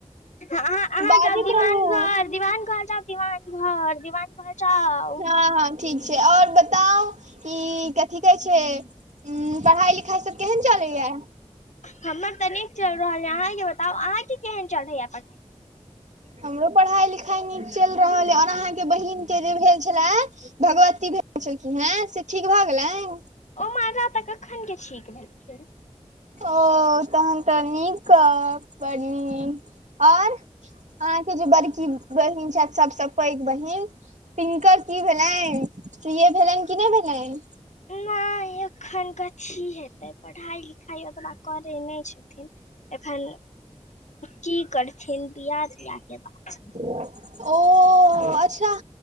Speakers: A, on the left; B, on the right.
A: अहाँ
B: बाजैत
A: सब दीवान
B: रहू
A: घर दीवान घर जाउ दीवान घर दीवान घर जाउ।
B: हँ हँ ठीक छै आओर बताउ ई कथी कहै छै ह पढ़ाई लिखाई सब केहन चलैया?
A: हमर तऽ नीक चल रहल य अहाँके बताउ अहाँके केहन चढ़ैया पढा
B: हमरो परहाई लिखाई नीक चैइल रहल अइ, और अहाँके के बहिन के जे भेल छलैऽ भगवती भेल छलखिन हैं से ठीक भऽ गेलैन?
A: ओ माजा तऽ कखन के ठीक भेलखिन।
B: ओ तहन तऽ नीक कअब, बड नीक। और? अहॉं जे बरकी बहिन छाइत सबसऽ पैघ बहिन तिनकर की भेलैन? सीे ए भेलैन की नैय भेलैन?
A: नैय एखन कथी हेतै? पढ़ाइ-लिखाइ ओतबैऽ करै नैय छथिन। एखन की करथिन? बिया तिया के बात
B: ओऽ। ओ अच्छा,